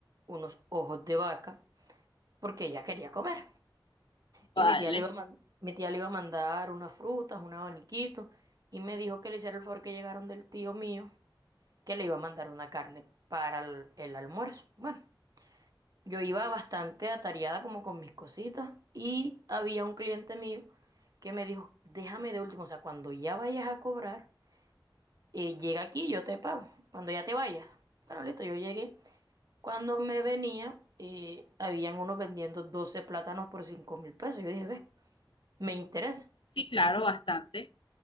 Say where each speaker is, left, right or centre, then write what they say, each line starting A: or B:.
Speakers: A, on the right (about 50°); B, on the left (about 90°).
A: unos ojos de vaca porque ella quería comer. Y
B: Vale.
A: mi tía le iba a man- mi tía le iba a mandar unas frutas, un abaniquito, y me dijo que le hiciera el favor que llegaron del tío mío, que le iba a mandar una carne para el el almuerzo. Bueno. Yo iba bastante atareada como con mis cositas y había un cliente mío que me dijo, déjame de último, o sea, cuando ya vayas a cobrar, eh, llega aquí, yo te pago, cuando ya te vayas. Bueno, listo, yo llegué. Cuando me venía, eh, habían unos vendiendo 12 plátanos por cinco mil pesos. Yo dije, ve, me interesa.
B: Sí, claro, bastante.